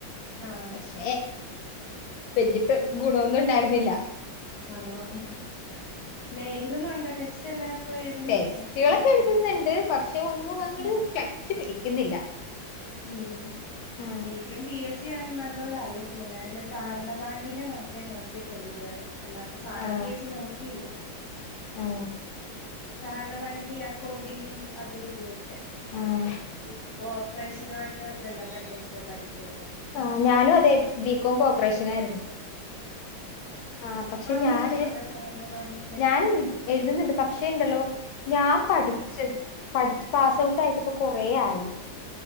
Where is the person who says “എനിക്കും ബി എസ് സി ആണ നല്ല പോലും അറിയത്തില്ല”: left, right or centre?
Left